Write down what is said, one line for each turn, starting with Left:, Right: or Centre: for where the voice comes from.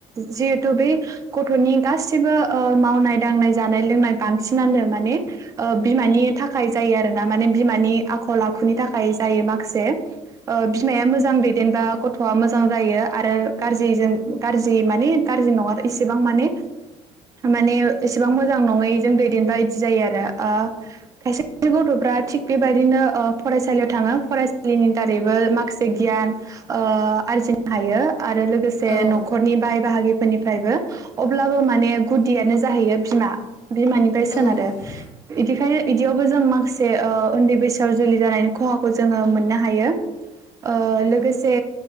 Right: जिहेथु बै गथ'नि गासिबो ओ मावनाय दांनाय जानाय लोंनाय बांसिनानो माने ओ बिमानि थाखाय जायो आरोना माने बिमानि आखल आखुनि थाखाय जायो माखासे ओ बिमाया मोजां दैदेनबा गथ'आ मोजां जायो आरो ग्रिजों गाज्रि माने गाज्रि नङा इसेबां माने माने एसेबां मोजां नङै जों दैदेनबा इदि जायो आरो। आ खायसे गथ'फ्रा थिग बेबायदिनो ओ फरायसालियाव थाङो फरायसालिनि दारैबो माखासे गियान ओ आरजिनो हायो आरो लोगोसे
Left: ओ आरो
Right: नखरनि बाय बाहागिफोरनिफ्रायबो। अब्लाबो माने गुदियानो जाहैयो बिमा बिमानिफ्राय सोनारो
Left: बिमानिफ्राय
Right: इदिखाय बिदियावबो जों माखासे ओ उन्दै बैसोआव जुलि जानायनि खहाखौ जोङो मोननो हायो ओ लोगोसे